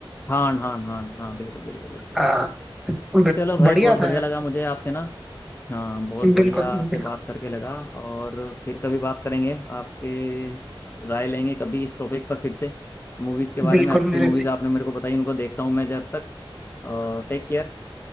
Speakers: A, on the left (about 25°); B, in the centre.
A: हान हान हान हाँ बिल्कुल बिल्कुल बिल्कुल
B: हाँ बि-
A: चलो भाई
B: बढ़िया
A: बहुत
B: था
A: बढ़िया
B: यार
A: लगा मुझे आपसे ना हाँ बहुत बढ़िया
B: बिल्कुल
A: आपसे
B: बिल्कुल
A: बात करके लगा और फिर कभी बात करेंगे आपके राय लेंगे कभी इस टॉपिक पर फिर से मूवीज़ के बारे
B: बिल्कुल
A: में अच्छी
B: मेरे
A: मूवीज़ आपने मेरे को बताई उनको देखता हूँ मैं जब तक और टेक केयर